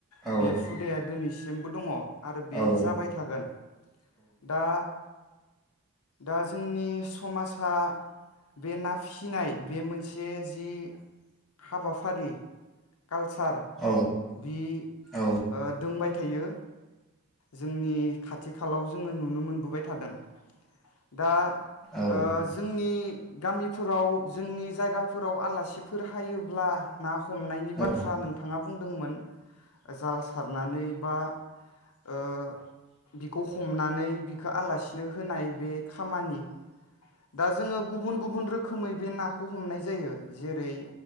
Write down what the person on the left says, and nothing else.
<unintelligible> बे हुदाया दिनैसिम सेमबो दङ आरो बे
जाबाय थागोन दा दा जोंनि समासा बे ना फिसिनाय बे मोनसे जि हाबाफारि कालसार
बि
ओ दोंबाय था थायो जोंनि खाथ आथिखालाव जोङो नुनो मोनबोबाय थादों दा
ओ जोंनि गामिफोराव जोंनि जायगाफोराव आलासिफोर हायोब्ला ना ह हमनायनि बाथ्रा
नोंथाङा बुंदोंमोन जाल सारनानै बा ओ बिखौ हमनानै बिखो आलासि नो होनाय बे खामानि दा जोङो गुबुन गुबुन रोख खोमै बे नाखौ हमनाय जायो जेरै